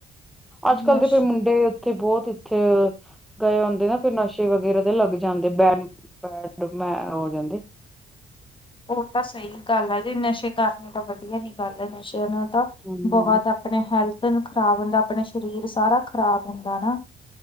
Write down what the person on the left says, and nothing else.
ਨਸ਼
ਉਹ ਤਾਂ ਸਹੀ ਗੱਲ ਹੈ ਜੇ ਨਸ਼ੇ ਕਰਨੇ ਤਾਂ ਵਧੀਆ ਨੀ ਗੱਲ ਹੈ ਨਸ਼ਿਆਂ ਨੂੰ ਤਾਂ
ਬਹੁਤ ਆਪਣੇ ਹੈਲਥ ਨੂੰ ਖ਼ਰਾਬ ਹੁੰਦਾ ਆਪਣੇ ਸਰੀਰ ਸਾਰਾ ਖ਼ਰਾਬ ਹੁੰਦਾ ਨਾ।